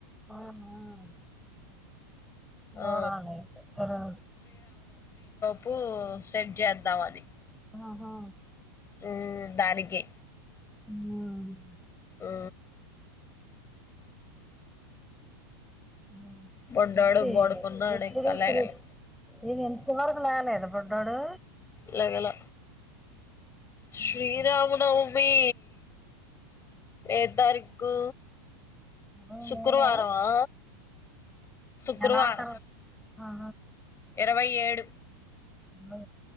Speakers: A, in the centre; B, on the left.
A: అవునా గోవాలే
B: ఆ
A: కదా
B: కు సెట్ చేద్దామని
A: ఆహా
B: ఉ దానికి
A: హు అండి
B: ఆ
A: అ
B: పడ్డాడు
A: నువ్వే
B: పడుకున్నాడు
A: ఎప్పుడు
B: ఇంకా
A: చూస్తే
B: లేగలే
A: లెప్ ఇదేంది చివరకు రాలేదా బుడ్డోడు
B: లేగల శ్రీరామనవమి
A: లేచాడండి
B: ఏ త్తారీక్కు
A: ఇరవై
B: శుక్రవారం
A: మూడా
B: ఆ శుక్రవారమా
A: నెలాఖరు ఆహా
B: ఇరవై ఏడు
A: ఆ